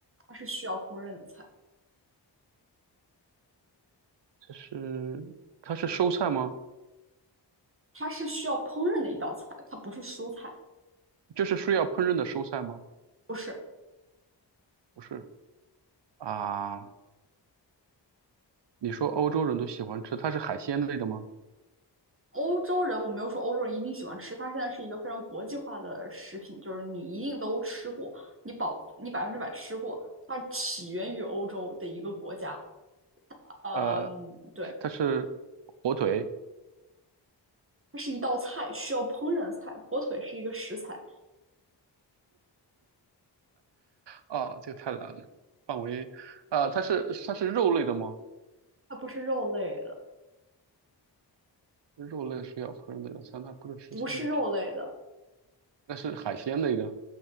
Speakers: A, on the right; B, on the right.
A: 它是需要烹饪的菜，
B: 它是它是蔬菜吗？
A: 它是需要烹饪的一道菜，它不是蔬菜，
B: 就是需要烹饪的蔬菜吗？
A: 不是。
B: 不是啊，你说欧洲人都喜欢吃，它是海鲜类的吗？
A: 欧洲人，我没有说欧洲人一定喜欢吃，它现在是一个非常国际化的食品，就是你一定都吃过，你保你百分之百吃过，它起源于欧洲的一个国家，嗯，
B: 呃，
A: 对，
B: 它是火腿
A: 它是一道菜，需要烹饪的菜，火腿是一个食材，
B: 啊，这个太难了，范围啊，它是它是肉类的吗？
A: 它不是肉类的。
B: 肉类是要烹饪的菜，那不是蔬菜吗？
A: 不是肉类的，
B: 那是海鲜类的